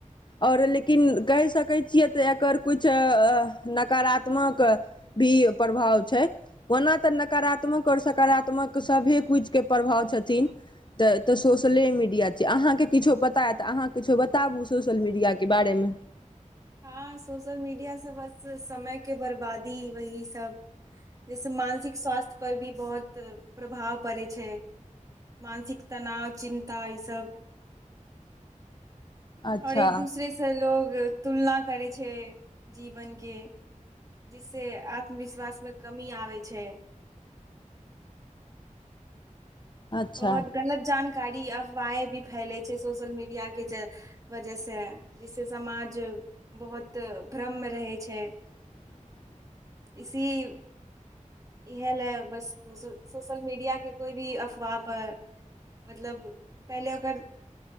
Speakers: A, on the left (about 35°); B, on the right (about 25°).
A: आओर लेकिन कहि सकै छियै तऽ एकर किछु नकारात्मक भी प्रभाव छै ओना ते नकारात्मक और सकारात्मक सबे कुछ के प्रभाव छै छथिन तऽ एतऽ सोशले मिड अहाँकेँ किछो पता ये तऽ अहाँ किछो बताबू सोशल मीडियाके बारेमे
B: हँ सोशल मीडिया से बस समयके बर्बादी वही सब जहिसँ मानसिक स्वास्थ्य पर भी बहुत प्रभाव पड़ै छै मानसिक तनाव चिन्ता ई सभ
A: अच्छा
B: आओर एक दूसरेसँ लोग तुलना करय छै जीवनके जिससे आत्मविश्वासमे कमी आबै छै
A: अच्छा
B: बहुत गलत जानकारी कारी अफवाहें भी फैले छै सोशल मीडिया के वजह से जिससे समाज बहुत भ्रममे रहय छै
A: ह
B: इसीव इहए लए बस सोशल सोशल मीडिया के कोइ भी वा पर मतलब पहिले ओकर